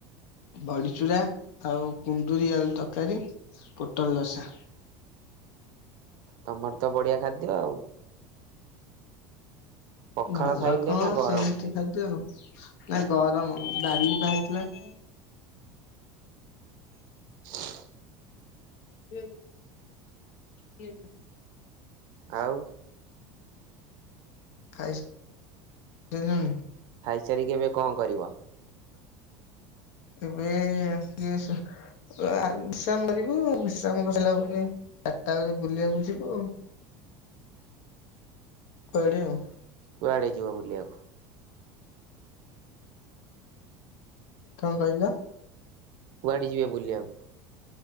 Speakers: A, on the left (about 65°); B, on the right (about 50°).
A: ବଡିଚୂୁରା ଆଉ କୁନ୍ଦୁରି ଆଳୁ ତରକାରୀ ପୋଟଲ ଲସା।
B: ତମର ତ ବଢିଆ ଖାଦ୍ୟ ଆଉ ପଖାଳ
A: ଭଲ
B: ଖାଇଲେ
A: କ‍ଅଁ
B: ନା ଗରମ
A: ସେମିତି
B: ଖାଇଲେ?
A: ଖାଦ୍ୟ ନା ଗରମ ଡାଲି ପା ହେଇଥିଲା ।
B: <inaudible>
A: ହୁଁ ହୁଁ <unintelligible>
B: ଆଉ
A: ଖାଇଶ ହେଲୁଣି।
B: ପଚାରିକି ଏବେ କଣ କରିବ?
A: ଏବେ ଆସ୍ଲୁ ୟା ବିଶ୍ରାମ କରିବୁ ବିଶ୍ରାମ ସାରିଲା ପରେ ଚାରିଟା ବେଳେ ବୁଲିବାକୁ ଯିବୁ ଆଉ କହିଲି ଆଉ <unintelligible>
B: କୁଆଡେ ଯିବ। ଲିଆକୁ।
A: କଣ କହିଲ <unintelligible>
B: କୁଆଡେ ଯିବେ ବୁଲିବାକୁ?